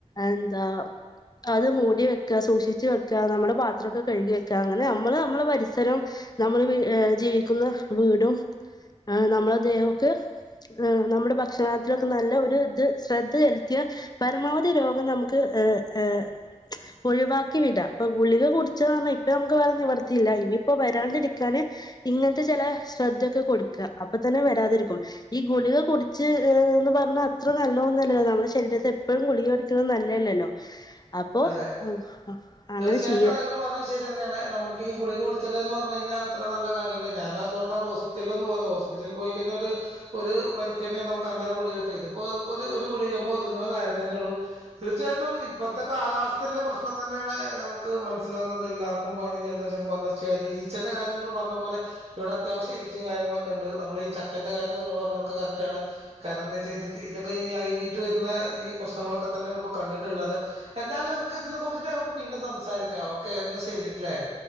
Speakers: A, on the left; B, on the right.
A: എന്താ അത് മൂടി വെക്ക സൂക്ഷിച്ചു വെക്കുക നമ്മളെ പാത്രൊക്കെ കഴുകി വെക്കുക അങ്ങനെ നമ്മള് നമ്മളെ പരിസരം നമ്മൾ ഏഹ് ജീവിക്കുന്ന വീടും ആഹ് നമ്മളുടെ ദേഹൊക്ക് നമ്മുടെ ഭക്ഷണത്തിലൊക്കെ നല്ല ഒരു ഇത് ശ്രദ്ധ ചെലുത്തിയാ പരമാവധി രോഗം നമുക്ക് ഏഹ് ഏഹ് ഒഴിവാക്കി വിട ഇപ്പൊ ഗുളിക കുടിച്ച പറഞ്ഞാൽ ഇപ്പ നമുക്ക് വേറെ നിവർത്തിയില്ല ഇനിയിപ്പോ വരാണ്ടിരിക്കാന് ഇങ്ങനത്തെ ചില ശ്രദ്ധ ഒക്കെ കൊടുക്ക അപ്പൊ തന്നെ വരാതിരിക്കും ഈ ഗുളിക കുടിച്ച് ഈഹ് എന്ന് പറഞ്ഞ അത്ര നല്ലോന്നല്ലല്ലോ നമ്മുടെ ശരീരത്തെ എപ്പോഴും കുളിക കുടിക്കുന്നത് നല്ലതല്ലല്ലോ അപ്പോ
B: അതെ
A: ആഹ് ആഹ് അങ്ങനെ
B: തീർച്ചയായിട്ടും
A: ചെയ്യ
B: അത്ങ്ങള് പറഞ്ഞത് ശരി തന്നെയാണ് നമുക്ക് ഈ ഗുളികടിച്ചല് പറഞ്ഞ കഴിഞ്ഞാ അത്ര നല്ല കാര്യല്ല ഞാൻ അതൊണ്ടാണ് ഹോസ്- പിറ്റിൽ ഒന്നും പോവാതെ ഹോസ്പിറ്റിൽ പോയി കഴിഞ്ഞ ഒരു ഒരു പനിക്കന്നെ നമുക്ക് അഞ്ചാറ് കുളിക കിട്ടും ഇതിപ്പൊ നമുക് ഒരു കുളികമ്മേ ഒതുങ്ങുന്ന കാര്യം തന്നെ ഉള്ളൂ തീർച്ചയായിട്ടും ഇപ്പ- ഇപ്പത്തെ കാലാവസ്ഥേന്റെ പ്രശ്നം തന്നെയാണ് നമുക്ക് മനസ്സിലാവുന്നത് എല്ലാവർക്കും പനി ജലദേശം പകർ- ച്ചവ്യാധി ഈച്ചന്റെ കാര്യങ്ങൾ പറഞ്ഞ പോലെ ഇവിടെ അത്യാവശ്യ ഈച്ചിയും കാര്യങ്ങളൊക്കെ ഉണ്ട് നമ്മൾ ഈ ചക്കന്റെ കാര്യം നിങ്ങൾ പറഞ്ഞൊക്കെകറക്റ്റ് ആണ് കാരണം എന്താ വെച്ചാ ഇത് ഇതൊക്കെ ഈ ആയുകിയിട്ട് വരുന്ന ഈ പ്രശ്നങ്ങളൊക്കെ തന്നെയാണ് ഇപ്പൊ കണ്ടിട്ടുള്ളത് എന്തായാലും നമുക്ക് ഇതിനെ കുറിച്ചിട്ട് നമുക്ക് പിന്നെ സംസാരിക്കാം ഓക്കെ എന്ന ശരിയിലേ